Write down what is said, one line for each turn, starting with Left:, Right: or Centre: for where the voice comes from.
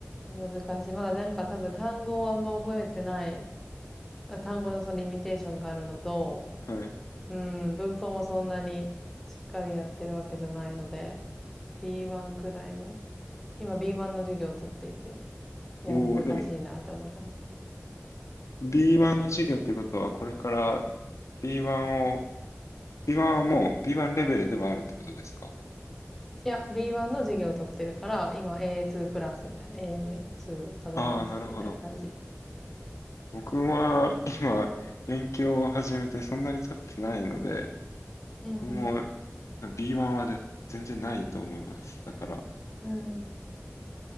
Centre: 難しい。まだなんか多分単語をあんま覚えてない単語のそのリミテーションがあるのと、
Left: はい。
Centre: うん、文法もそんなにしっかりやってるわけじゃないので、B1 くらいの、今 B1 の授業を取っていて、いや、
Left: おお、
Centre: 難しいなって思ってます。
Left: でも、B1 の授業ってことは、これから B1 を、B1 はもう B1 レベルではあるってことですか
Centre: いや、B1 の授業を取ってるから、今 A2 プラスみたいな、A2 アドバンストみたいな感じ。
Left: ああなるほど。僕は今、勉強を始めてそんなに経ってないので、
Centre: うん
Left: 僕も B1 はで全然ないと思います。だから、
Centre: うん。うん。